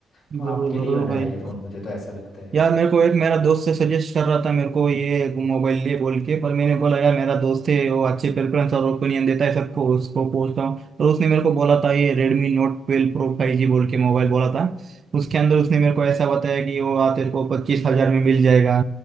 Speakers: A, on the right; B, on the left.
A: जरूर
B: तो आपके
A: जरूर
B: लिए ही बनाया
A: भाई
B: है ये फ़ोन मुझे तो ऐसा लगता है
A: यार मेरे को एक मेरा दोस्त से सजेस्ट कर रहा था मेरे को ये मोबाइल लिए बोल के पर मैंने बोला यार मेरा दोस्त है वो अच्छे प्रेफरेंस और ओपिनियन देता है सबको उसको पूछता हूँ और उसने मेरे को बोला था ये Redmi note twelve pro five G बोल के मोबाइल बोला था उसके अंदर उसने मेरे को ऐसा बताया कि वो आ तेरे को पच्चीस हजार में मिल जाएगा